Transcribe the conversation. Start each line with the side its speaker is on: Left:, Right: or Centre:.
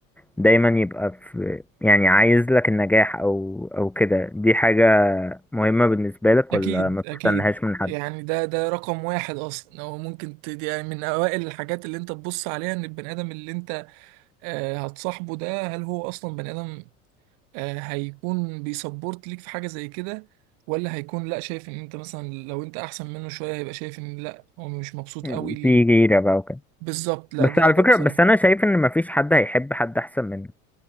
Centre: دايما يبقى في يعني عايز لك النجاح او او كده دي حاجة مهمة بالنسبة لك
Right: أكيد
Centre: ولا ما بتستناهاش
Right: أكيد
Centre: من حد
Right: يعني ده ده رقم واحد أصلا هو ممكن ت- دي يعني من أوائل الحاجات اللي أنت تبص عليها إن البني آدم اللي أنت آه، هتصاحبه ده هل هو أصلا بني آدم آه، هيكون بيسبورت ليك في حاجة زي كده ولا هيكون لأ شايف إن أنت مثلا لو أنت أحسن منه شوية هيبقى شايف إن لأ هو مش مبسوط
Centre: مم،
Right: قوي ال-
Centre: في غيرة بقى وكده
Right: بالظبط لأ
Centre: بس
Right: ده
Centre: على فكرة
Right: ده بصراحة
Centre: بس انا شايف ان مفيش حد هيحب حد احسن منه